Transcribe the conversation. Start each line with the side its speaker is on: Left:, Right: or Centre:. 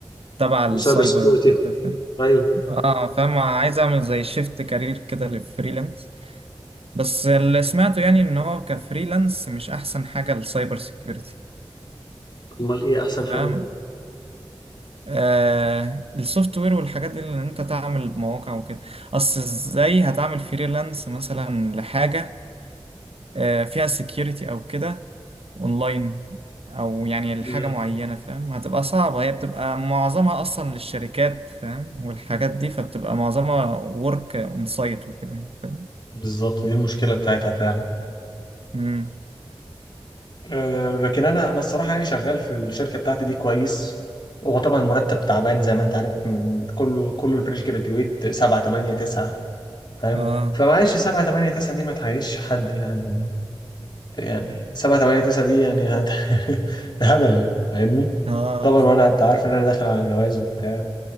Right: تبع السايبر
Left: وسايبر سكيورتي
Right: وكده فاهم
Left: ايوه
Right: اه فاهم عايز اعمل زي شيفت كارير كده للفريلانس بس اللي سمعته يعني ان هو كفريلانس مش احسن حاجة للسايبر سيكيورتي
Left: امال ايه احسن
Right: فاهم
Left: حاجة
Right: آه السوفت وير والحاجات دي اللي انت تعمل مواقع وكده اصل ازاي هتعمل فريلانس مثلا لحاجة آه فيها سكيورتي او كده اونلاين او يعني لحاجة
Left: مم.
Right: معينة فاهم هتبقى صعبة هي بتبقى معظمها اصلا للشركات فاهم والحاجات دي فبتبقى معظمها ورك اون سايت وكده يعني، فاهم
Left: بالظبط دي المشكله بتاعتها فعلا
Right: امم
Left: أه، لكن انا انا الصراحه يعني شغال في الشركه بتاعتي دي كويس هو طبعا المرتب تعبان زي ما انت عارف من كله كله الفريش جراديويت 7 8 9 فاهم
Right: اه
Left: فمعلش 7 8 9 دي ما تعيش حد يعني يعني 7 8 9 دي يعني هت... <laughs> ده هبل فاهمني
Right: اه
Left: طبعا وانا انت عارف ان انا داخل على جواز وبتاع